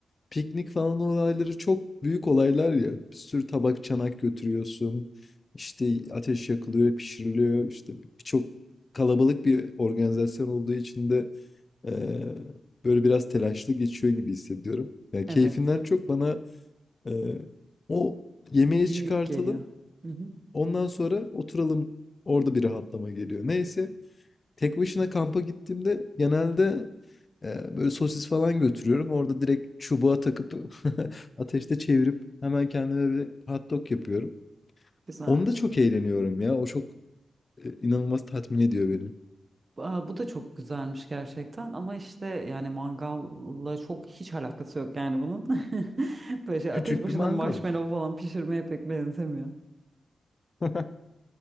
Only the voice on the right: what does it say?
evet.
Yük
geliyor. Hı hı.
Güzel.
Aa, bu da çok güzelmiş gerçekten ama işte yani mangalla çok hiç alakası yok yani bunun. <laughs> Böyle şey
ateş başında
marshmallow
falan pişirmeye pek benzemiyor.